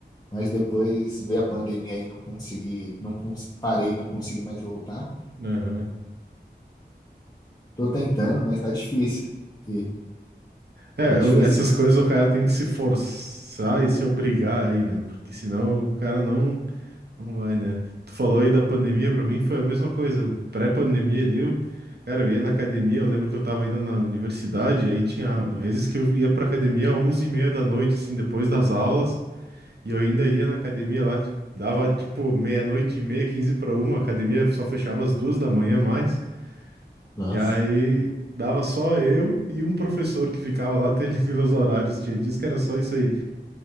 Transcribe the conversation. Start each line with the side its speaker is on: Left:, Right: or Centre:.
Left: mas depois veio a pandemia aí, não consegui, não cons... parei, não consegui mais voltar.
Right: Aham.
Left: Tô tentando, mas tá difícil. E
Right: É,
Left: é difícil.
Right: eu- essas coisas o cara tem que se forçar e se obrigar aí, né? Porque senão o cara não, não vai, né? Tu falou aí da pandemia, pra mim foi a mesma coisa. Pré-pandemia ali, eu, cara, eu ia na academia, eu lembro que eu tava indo na universidade, e aí tinha vezes que eu ia pra academia às 11h30 da noite, assim, depois das aulas, e eu ainda ia na academia lá, dava tipo meia-noite e meia, 15 pra uma, a academia só fechava às duas da manhã mais.
Left: Nossa.
Right: E aí dava só eu e um professor que ficava lá televindo <laughs> os horários. Tinha dias que era só isso aí.